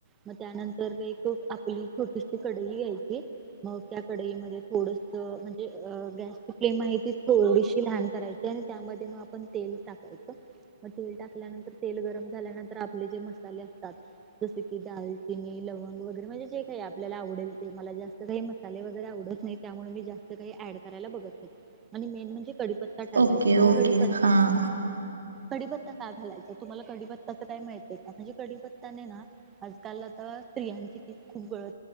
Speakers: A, on the right; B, on the right.
A: मग त्यानंतर एक आपली छोटीशी कडई घ्यायची मग त्या कडई मध्ये थोडस म्हणजे गॅसची फ्लेम आहे ती थोडीशी लहान करायची आणि त्यामध्ये मग आपण तेल टाकायचं मग तेल टाकल्यानंतर तेल गरम झाल्यानंतर आपले जे मसाले असतात जसे की दालचिनी लवंग वगैरे म्हणजे जे काही आपल आपल्याला आवडेल ते मला जास्त काही मसाले वगैरे आवडत नाही त्यामुळे मी जास्त काही ऍड करायला बघत नाही आणि मेन म्हणजे, कडीपत्ता टाकायचा
B: ओके
A: म्हणजे
B: ओके
A: कडीपत्ता
B: हां
A: कडीपत्ता काय घालायचा तुम्हाला कडीपत्ता अस काय माहितय का म्हणजे कडीपत्ताने ना आजकाल आता स्त्रियांची केस खूप गळ